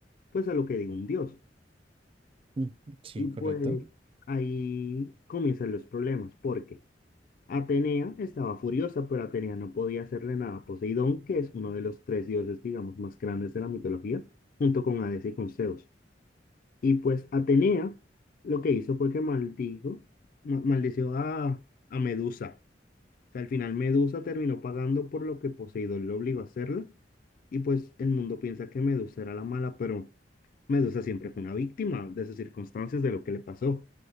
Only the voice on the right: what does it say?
mm, sí,
correcto.